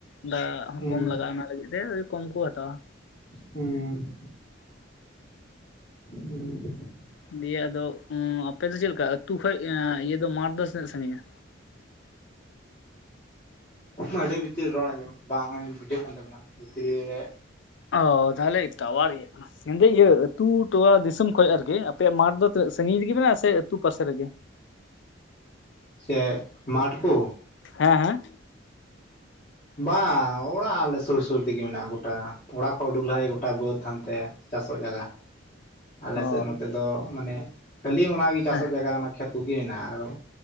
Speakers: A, on the left; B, on the left.
A: ᱫᱟᱜ ᱦᱚᱸ
B: ᱦᱩᱸ
A: ᱠᱚᱢ ᱞᱟᱜᱟᱼᱟ ᱚᱱᱟ ᱞᱟᱹᱜᱤᱫ ᱛᱮ, ᱠᱚᱢ ᱠᱚ ᱦᱟᱛᱟᱣᱟ᱾
B: ᱦᱩᱸ᱾ ᱦᱩᱸ
A: ᱫᱤᱭᱮ ᱟᱫᱚ ᱟᱯᱮ ᱫᱚ ᱪᱮᱫᱞᱮᱠᱟ ᱟᱹᱛᱩ ᱠᱷᱚᱡ ᱤᱭᱟᱹ ᱫᱚ ᱢᱟᱴᱷ ᱫᱚ ᱛᱱᱟᱹᱜ ᱥᱟᱺᱜᱤᱧᱼᱟ?
B: ᱟᱹᱰᱤ ᱵᱷᱤᱛᱤᱨ ᱨᱮ ᱨᱚᱲ ᱟᱸᱡᱚᱢ ᱵᱟᱝ ᱵᱩᱡᱷᱟᱹᱜ ᱠᱟᱱ ᱛᱟᱵᱤᱱᱟ ᱵᱷᱤᱛᱨᱤ ᱨᱮ?
A: ᱚᱻ ᱛᱟᱦᱟᱞᱮ ᱴᱟᱹᱣᱟᱨ ᱤᱭᱟᱹ᱾ ᱢᱮᱱᱫᱟᱹᱧ ᱤᱭᱟᱹ ᱟᱹᱛᱩ ᱴᱚᱞᱟ ᱫᱤᱥᱚᱢ ᱠᱷᱚᱡ ᱟᱨᱠᱤ ᱟᱯᱮᱭᱟᱜ ᱢᱟᱴᱷ ᱫᱚ ᱛᱤᱱᱟᱹᱜ ᱥᱟᱺᱜᱤᱧ ᱨᱮᱜᱮ ᱢᱮᱱᱟᱜᱼᱟ ᱥᱮ ᱟᱹᱛᱩ ᱯᱟᱥᱮ ᱨᱮᱜᱮ? <inaudible>
B: <unintelligible> ᱢᱟᱴ ᱠᱚ?
A: ᱦᱮᱸ ᱦᱮᱸ᱾
B: ᱵᱟᱝ, ᱚᱸᱲᱟᱜ ᱟᱞᱮ ᱥᱩᱨ ᱥᱩᱨ ᱛᱮᱜᱮ ᱢᱮᱱᱟᱜᱼᱟ ᱜᱚᱴᱟ ᱚᱸᱲᱟᱜ ᱠᱷᱚᱡ ᱩᱰᱩᱠ ᱞᱟᱦᱟ ᱜᱮ ᱜᱚᱴᱟ ᱵᱟᱹᱫᱽ ᱦᱟᱱᱛᱮ ᱪᱟᱥᱚᱜ ᱡᱟᱭᱜᱟ ᱟᱞᱮᱥᱮᱫ
A: ᱚ
B: ᱱᱚᱛᱮ ᱫᱚ ᱢᱟᱱᱮ ᱠᱷᱟᱹᱞᱤ ᱚᱱᱟᱜᱮ ᱪᱟᱥᱚᱜ
A: ᱦᱮᱸ
B: ᱡᱟᱭᱜᱟ ᱠᱷᱮᱛ ᱠᱚᱜᱮ ᱦᱮᱱᱟᱜᱼᱟ ᱟᱨᱚ